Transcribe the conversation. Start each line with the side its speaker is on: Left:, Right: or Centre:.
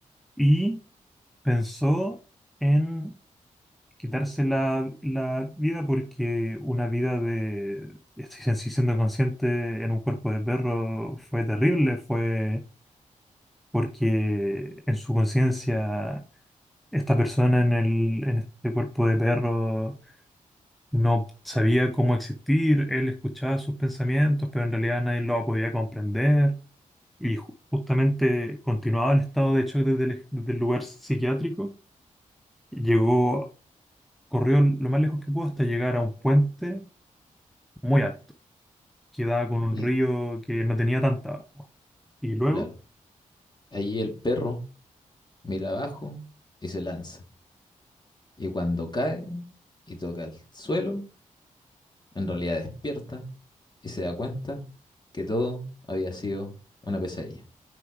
Centre: y pensó en quitarse la, la vida porque una vida de, estoy sin- sin siendo consciente, en un cuerpo de perro fue terrible, fue porque en su conciencia esta persona en el, en este cuerpo de perro no sabía cómo existir, él escuchaba sus pensamientos, pero en realidad nadie lo podía comprender y ju- justamente continuaba el estado de hecho desde el, ej- desde el lugar psiquiátrico, llegó corrió lo más lejos que pudo hasta llegar a un puente muy alto, que daba con un
Left: Y
Centre: río que no tenía tanta agua. Y luego,
Left: claro, allí el perro mira abajo y se lanza. Y cuando cae y toca el suelo, en realidad despierta y se da cuenta que todo había sido una pesadilla.